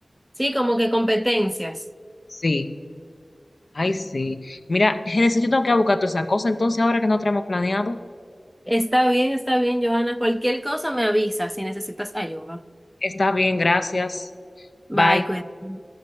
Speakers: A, in the centre; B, on the left.
A: sí, como que competencias.
B: Sí, ay, sí. Mira, Génesis, yo tengo que ir a buscar toda esa cosa, entonces ahora que no tenemos planeado,
A: Está bien, está bien, Johanna. Cualquier cosa me avisa si necesitas ayuda.
B: está bien, gracias.
A: Bye,
B: Bye.
A: cuídate.